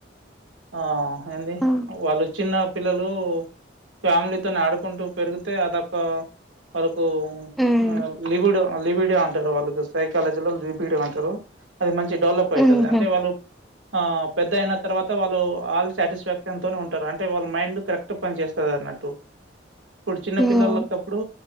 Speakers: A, on the right; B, in the centre.
A: ఆ ఏంది
B: ఉమ్
A: వాళ్ళు చిన్న పిల్లలు ఫ్యామిలీతోని ఆడుకుంటూ పెరిగితే అదొక వాళ్లకు
B: ఉమ్
A: మా లిబిడో లిబిడో అంటారు వాళ్ళకి సైకాలజీలో లిబిడో అంటారు అది మంచిగ డెవలప్ అయితది.
B: ఉహు
A: అంటే వాళ్ళు ఆ పెద్ద అయిన తర్వాత వాళ్ళు ఆల్ సాటిస్ఫాక్షన్ తోనే ఉంటారు అంటే వాళ్ మైండ్ కరెక్ట్ పని చేస్తది అన్నట్టు ఇప్పుడు చిన్నపిల్లలకప్పుడు
B: ఉమ్